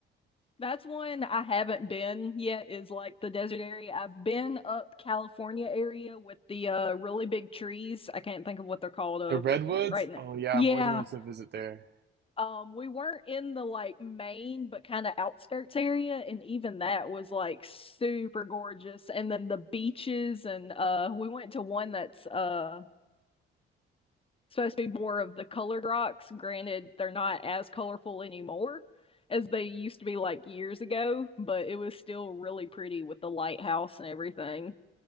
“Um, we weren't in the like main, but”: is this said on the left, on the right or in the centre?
Left